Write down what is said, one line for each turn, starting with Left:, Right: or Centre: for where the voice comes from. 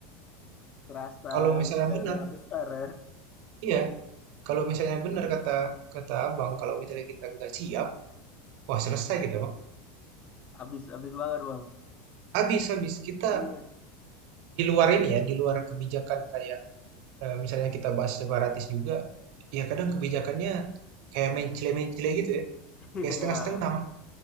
Left: terasa
Right: Kalau misalnya
Left: negara
Right: benar,
Left: besar ya.
Right: iya. Kalau misalnya benar kata kata abang, kalau misalnya kita nggak siap, wah selesai kita bang.
Left: Abis-abis banget bang.
Right: Habis habis kita
Left: Iya,
Right: di luar ini ya, di luar kebijakan kayak eh, misalnya kita bahas separatis juga, ya kadang kebijakannya kayak mencele-mencele gitu ya,
Left: <laughs>
Right: kayak
Left: iya,
Right: setengah-setengah,